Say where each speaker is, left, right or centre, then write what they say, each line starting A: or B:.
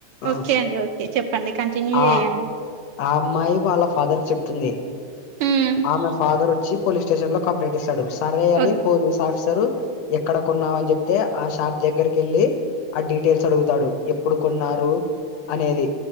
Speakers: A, on the left; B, on the right.
A: ఆ
B: ఓకే అండి. ఓకే. చెప్పండి కంటిన్యూ
A: ఆ.
B: చేయండి.
A: ఆ అమ్మాయి. వాళ్ళ ఫాదర్ కి చెప్తుంది.
B: హ్మ్.
A: ఆమె ఫాదర్ వచ్చి పోలీస్ స్టేషన్ లో కంప్లైంట్ ఇస్తాడు సరే అని.
B: ఓ
A: పోలీస్ ఆఫీసరు ఎక్కడ కొన్నావని చెప్తే ఆ షాప్ దగ్గరకి వెళ్ళి. ఆ డీటెయిల్స్ అడుగుతాడు. ఎప్పుడు కొన్నారు. అనేది